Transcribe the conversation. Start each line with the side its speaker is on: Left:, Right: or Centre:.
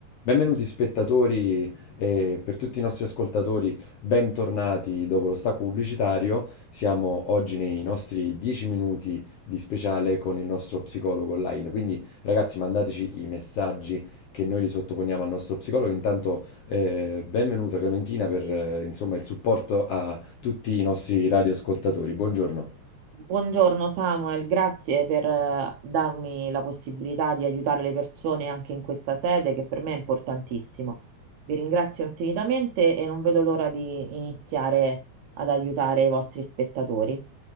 Left: Benvenuti spettatori e per tutti i nostri ascoltatori, bentornati dopo lo stacco pubblicitario. Siamo oggi nei nostri 10 minuti di speciale con il nostro psicologo online. Quindi ragazzi mandateci i messaggi che noi li sottoponiamo al nostro psicologo. Intanto eh, benvenuta Clementina per eh, insomma, il supporto a tutti i nostri radioascoltatori. Buongiorno.
Right: Buongiorno Samuel, grazie per eh, darmi la possibilità di aiutare le persone anche in questa sede che per me è importantissimo. Vi ringrazio infinitamente e non vedo l'ora di iniziare ad aiutare i vostri spettatori.